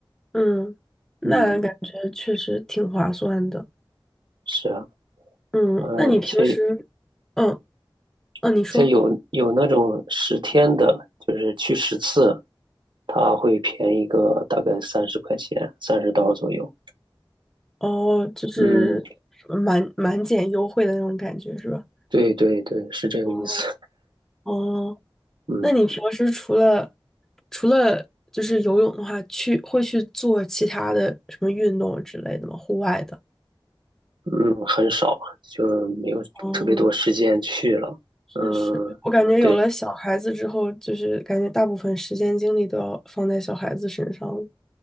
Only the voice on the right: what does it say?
嗯，是啊，
而且
而且有有那种十天的，
就是去十次，它会便宜个大概三十块钱，三十刀左右。
嗯，
对对对，是这个意思。
<laughs> 嗯。
嗯，很少，就没有特别多时间去了。
嗯，
对